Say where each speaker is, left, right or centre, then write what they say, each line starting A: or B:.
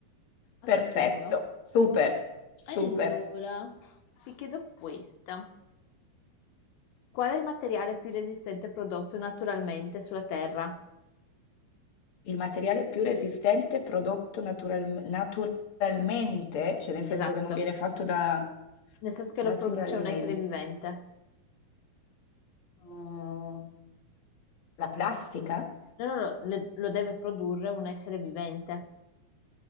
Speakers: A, on the left (about 55°); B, on the left (about 80°).
A: Perfetto,
B: assurdo.
A: super, super.
B: Allora, ti chiedo questa. Qual è il materiale più resistente prodotto naturalmente sulla Terra?
A: Il materiale più resistente prodotto natural- naturalmente, cioè nel senso
B: Esatto.
A: che non viene fatto da
B: Nel senso che lo
A: naturalmente,
B: produce un essere vivente.
A: uh, la plastica,
B: No, no, no, le- lo deve produrre un essere vivente.